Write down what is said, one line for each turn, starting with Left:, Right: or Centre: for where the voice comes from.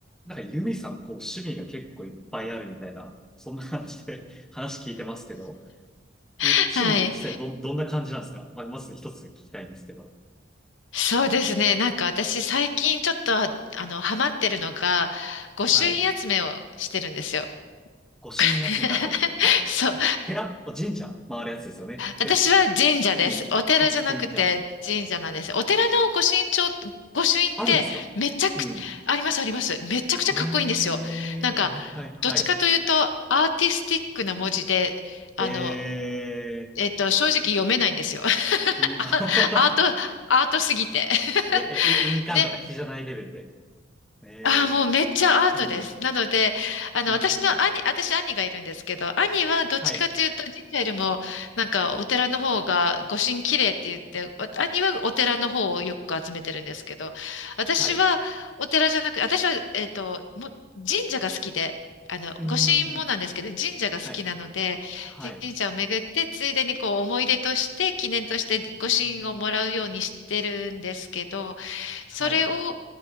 Centre: なんかユミさん、こう、趣味が結構いっぱいあるみたいな、そんな感じで <laughs> 話聞いてますけど、
Left: <laughs>
Centre: 趣味って実際ど、
Left: はい。
Centre: どんな感じなんですかまあ、まず一つ聞きたいんですけど。
Left: そうですね。なんか私最近ちょっと、あの、ハマってるのが、御朱印集めをしてるんですよ。
Centre: はい。御朱印集め、
Left: <laughs>
Centre: あの、あれ、
Left: そう。
Centre: 寺、神社回るやつですよね。
Left: 私は神社です。
Centre: で、うん。
Left: お寺じゃなくて神社なんです。
Centre: あ、神社。
Left: お寺の御朱印帳、御朱印ってめちゃく、
Centre: あるんですかうん。
Left: ありますあります。めちゃくちゃかっこいいんですよ。
Centre: ええー、
Left: なんか、
Centre: あ、はいはい。
Left: どっちかというとアーティスティックな文字で、あの、
Centre: ええ
Left: えっと、正直読めないんですよ。<laughs>
Centre: ー、うん。<laughs>
Left: あアート、アートすぎて。
Centre: え、え、い印鑑とか比じゃないレベルで。
Left: <laughs> で、
Centre: え
Left: ああ、もうめっちゃアートです。
Centre: えー、うん、
Left: なので、あの、
Centre: うん。
Left: 私の兄、私兄がいるんですけど、兄はどっちかというと神社よりも、
Centre: はい、
Left: なんかお寺の方が御神綺麗って言って、わ兄はお寺の方をよく集めてるんですけど、私はお寺じゃなく、
Centre: はい。
Left: 私は、えっと、もう神社が好きで、あの、
Centre: うん。
Left: 御神もなんですけど、神社が好きなので、
Centre: はい。はい。
Left: 神社を巡って、ついでにこう思い出として、記念として御神をもらうようにしてるんですけど、
Centre: うーん。はい。
Left: それを、